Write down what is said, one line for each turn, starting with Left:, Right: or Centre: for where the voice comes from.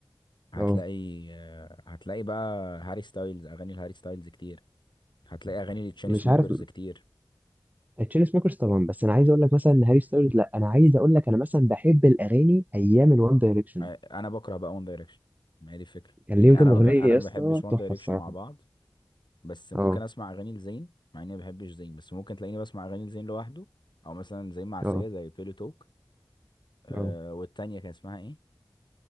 Left: هتلاقي
Right: اه
Left: آه، هتلاقي بقى هاري ستايلز أغاني الهاري ستايلز كتير هتلاقي اغاني لتشين
Right: مش
Left: سموكرز
Right: عارف
Left: كتير
Right: تشين سموكرز طبعا بس انا عايز اقول لك مثلا ان هاري ستايلز لا انا عايز اقول لك انا مثلا بحب الاغاني ايام الوان دايركشن
Left: ع- انا بكره بقى وان دايركشن ما هي دي الفكره
Right: كان
Left: يعني
Right: ليهم كام
Left: انا
Right: اغنيه
Left: ما ب... انا
Right: يا
Left: ما
Right: اسطى
Left: بحبش وان
Right: تحفه
Left: دايركشن
Right: الصراحه
Left: مع بعض بس ممكن
Right: اه
Left: اسمع اغاني لزين مع اني ما بحبش زين بس ممكن تلاقيني بسمع اغاني لزين لوحده او مثلا زين معسيه
Right: اه
Left: زي بيلو توك آه
Right: اه
Left: والتانيه كان اسمها ايه